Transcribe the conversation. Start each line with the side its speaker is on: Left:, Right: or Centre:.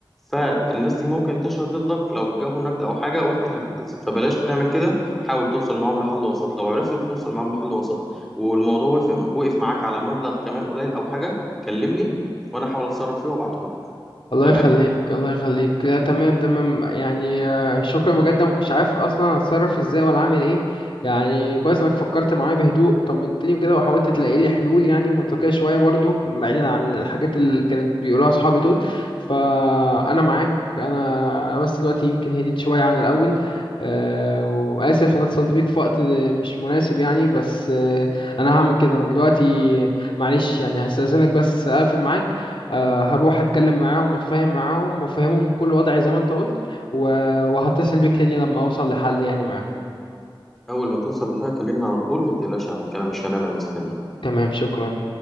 Centre: فالناس دي ممكن تشهد ضدك لو جابوا نقد او حاجه وانت اللي هتتأذي فبلاش تعمل كده حاول توصل معاهم لحل وسط لو عرفت توصل معاهم لحل وسط والموضوع وقف وقف معاك على مبلغ كمان قليل او حاجه كلمني وانا احاول اتصرف فيه وابعتهولك
Left: الله
Centre: تمام
Left: يخليك الله يخليك لا تمام تمام يعني آه، شكرا بجد ما كنتش عارف اصلا اتصرف ازاي ولا اعمل ايه يعني كويس انك فكرت معايا بهدوء طمنتني كده وحاولت تلاقي لي حلول يعني منطقية شوية برضو بعيدا عن الحاجات اللي كانت بيقولوها اصحابي دول فانا معاك انا بس دلوقتي يمكن هديت شوية عن الاول أه وآسف إن أنا اتصلت بيك في وقت مش مناسب يعني بس أه أنا هعمل كده أنا دلوقتي معلش يعني هستأذنك بس أقفل معاك آه، هروح اتكلم معاهم واتفاهم معاهم وافهمهم كل وضعي زي ما انت قلت و- وهتصل بيك تاني لما اوصل لحل يعني معاهم
Centre: اول ما توصل لحاجه كلمني على طول وما تقلقش انا معاك انا مش هنام انا مستني
Left: تمام شكرا